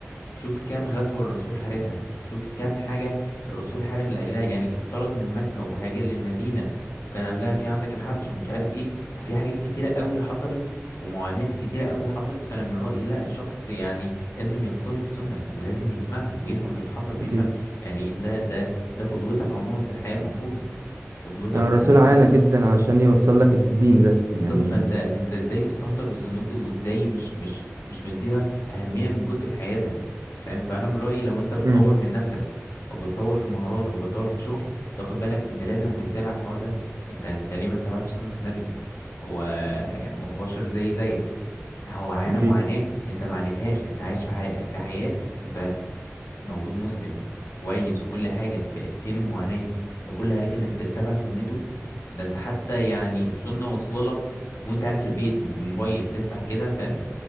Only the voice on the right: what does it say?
اكيد
آه، الرسول
عانى
جدا
عشان يوصل لك الدين ده
يعني
مم.
أكيد